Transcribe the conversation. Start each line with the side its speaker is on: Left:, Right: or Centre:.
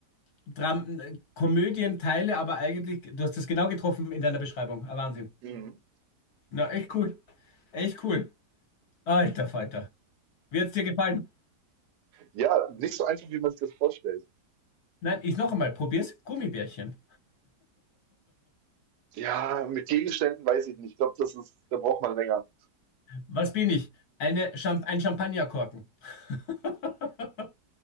Left: Dram äh, Komödienteile, aber eigentlich, du hast das genau getroffen in deiner Beschreibung. Ah, Wahnsinn.
Right: ich. Mhm.
Left: Na, echt cool. Echt cool. Alter Falter. Wird's dir gefallen?
Right: Ja, nicht so einfach, wie man sich das vorstellt.
Left: Nein, ich noch einmal, probier's. Gummibärchen.
Right: Ja, mit Gegenständen weiß ich nicht. Ich glaube, das ist, da braucht man länger.
Left: Was bin ich? Eine Champ ein Champagnerkorken. <laughs>